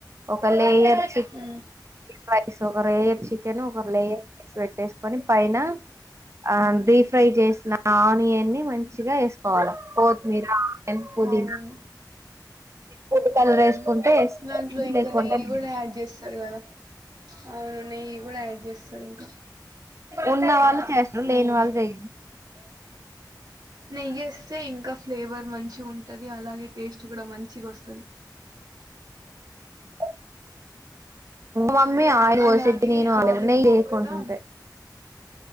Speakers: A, on the right (about 40°); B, on the right (about 65°).
A: ఒక లేయర్ <inaudible>
B: మ్మ్
A: రైస్ ఒక రేయర్ చికెన్ ఒక లేయర్ రైస్ పెట్టేసుకొని పైన ఆ డీప్ ఫ్రై చేసిన ఆనియన్ని ని మం చిగా ఎసుకోవాల కోత్మీర పుదీనా
B: అవును
A: ఫుడ్ కలర్
B: అవును
A: వేసుకుంటే వేసుకోవాలి,
B: దాంట్లో ఇంకా
A: లేకుంటే
B: నెయ్యి
A: లేదు
B: కూడా యాడ్ చేస్ టరు కదా అవును నెయ్యి కూడా యాడ్ చేస్తారు ఇంకా
A: ఉన్నావాళ్ళు చేస్తర్ లేని
B: ఆ
A: వాళ్ళ చయ
B: నెయ్యి ఎస్ తే ఇంకా ఫ్లేవర్ మంచిగుంటది అలాగే టేస్ట్ కూడా మంచిగా వస్తది
A: <unintelligible> మమ్మీ ఆయిల్ పోసి
B: అలాగే
A: <unintelligible>
B: ఆవిరి
A: లే
B: పోకుండా
A: కుంటుంటె